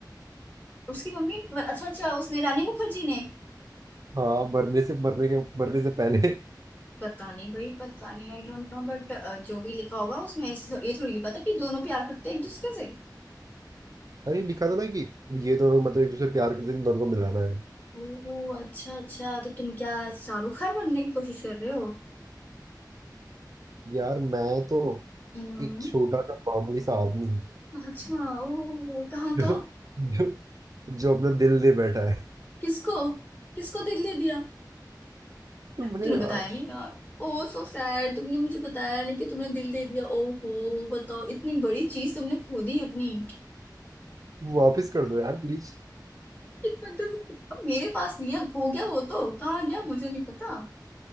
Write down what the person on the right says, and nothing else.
हाँ मरने से मरने के मरने से पहले
अरे लिखा था ना कि ये दोनों मतलब एक दूसरे से प्यार करते थे इन दोनों को मिलाना है
यार मैं तो
एक छोटा सा मामूली सा आदमी हूँ
जो,
जो, जो अपना दिल दे बैठा है
तुम्हें
यार
वापस कर दो यार प्लीज